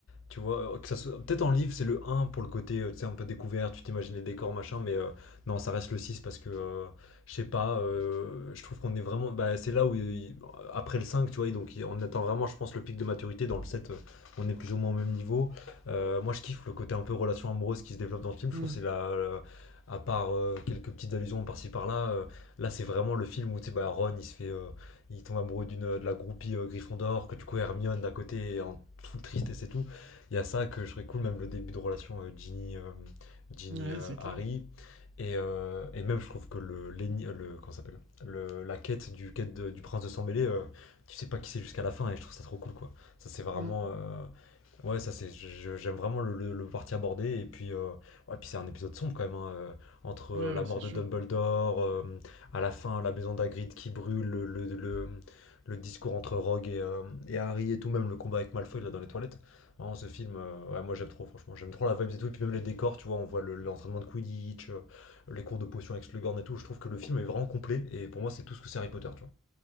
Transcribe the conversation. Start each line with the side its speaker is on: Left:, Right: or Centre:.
Left: tu vois, euh, que ça soit... peut-être en livre, c'est le un pour le côté, euh, tu sais, un peu découvert, tu t'imagines les décors, machin, mais euh, non, ça reste le 6 parce que, euh, je sais pas, euh, je trouve qu'on est vraiment. Bah, c'est là où, il- après le cinq tu vois, donc il- on attend vraiment, je pense, le pic de maturité. Dans le 7 euh, on est plus ou moins au même niveau. Euh, moi, je kiffe le côté un peu relation amoureuse qui se développe dans le film. Je
Right: Mm.
Left: trouve que c'est la. la- à part euh, quelques petites allusions par-ci par-là, euh, là c'est vraiment le film où tu sais, bah, Ron il se fait euh, il tombe amoureux d'une euh, de la groupie euh, Gryffondor, que du coup Hermione d'à côté est en full tristesse et tout. Il y a ça que je trouve cool, même le début de relation euh, Ginny, euh, Ginny,
Right: Ouais,
Left: euh,
Right: c'est
Left: Harry.
Right: clair.
Left: Et, euh, et même je trouve que le, euh, le comment ça s'appelle le, la quête du quête de- du prince de sang mêlé euh, tu sais pas qui c'est jusqu'à la fin et je trouve ça trop cool quoi. Ça c'est vraiment
Right: Mm.
Left: euh, ouais ça c'est je- j'aime vraiment le, le, le parti abordé et puis euh, ouais puis c'est un épisode sombre quand même hein, euh, entre euh,
Right: Ouais,
Left: la
Right: ouais,
Left: mort
Right: c'est
Left: de
Right: sûr.
Left: Dumbledore euh, à la fin, la maison d'Agrid qui brûle, le, le, le- le discours entre Rogue et, euh, et Harry et tout, même le combat avec Malfoy là dans les toilettes. Vraiment, ce film, euh, ouais, moi j'aime trop, franchement, j'aime trop la vibe et tout, et puis même les décors, tu vois, on voit le- l'entraînement de Quidditch, euh, les cours de potion avec Slughorn et tout, je trouve que le film est vraiment complet, et pour moi c'est tout ce que c'est Harry Potter, tu